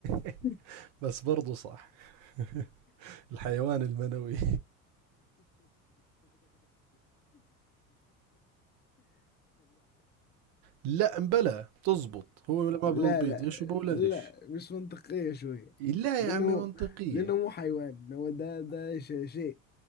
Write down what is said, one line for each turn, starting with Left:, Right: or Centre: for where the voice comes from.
Right: <laughs>
Left: <laughs>
Right: بس برضه صح <laughs> <applause> الحيوان المنوي لا مبلا بتزبط هو ما
Left: لا
Right: بيبيضش
Left: لا
Right: وبولدش
Left: لا لا مش منطقية شوية
Right: لا
Left: لأنه
Right: يا عمي منطقية
Left: لأنه مو حيوان هو ده ده ش- شيء